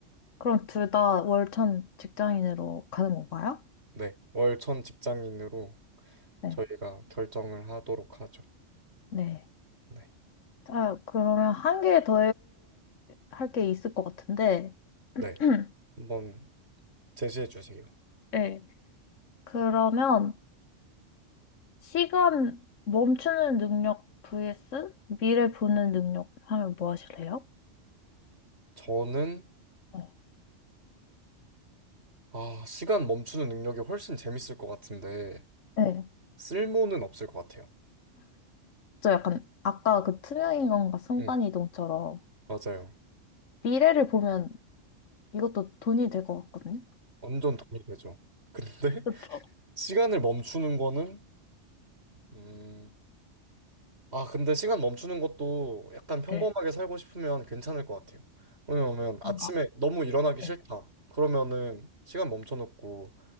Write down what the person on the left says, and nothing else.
그럼 둘 다 월천 직장인으로 가는 건가요?
네.
네.
자, 그러면 한 개 더 할 게 있을 것 같은데.
<clears throat>
네. 그러면 시간 멈추는 능력 vs 미래 보는 능력 하면 뭐 하실래요?
네.
네.
저 약간 아까 그 투명인간과 순간이동처럼
미래를 보면 이것도 돈이 될 것 같거든요.
그쵸?
네.
뭔가?
네.